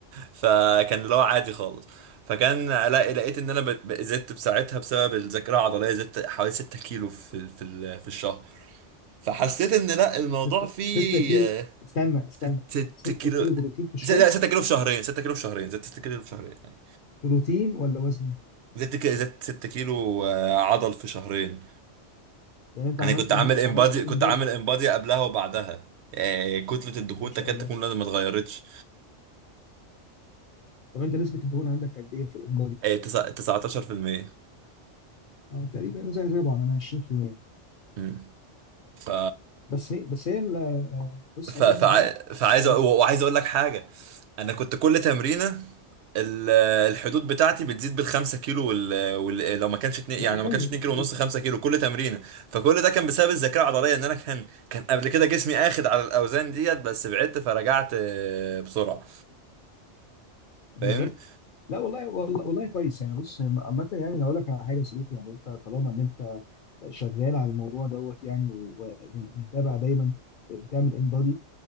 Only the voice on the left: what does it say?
ستة
ستة كيلو استنى استنى
ستة
كيلو بروتين في الشهر
بروتين ولا وزن
يعني انت عملت
يعني
انت
عملت الان
بادي
ما شاء
الله
طب انت نسبة الدهون عندك قد ايه في الان
اه تقريبا زي زي بعض انا 20%
بس هي بس هي ال- آه، بص
هقول
لك على حاجه
الم-
لا
حلو
حلو
بالظبط
لا والله والله والله كويس يعني بص عامة يعني هقول لك على حاجة يا صديقي يعني انت طالما ان انت شغال على الموضوع دوت يعني و- و- ومتابع دايما بتعمل انبادي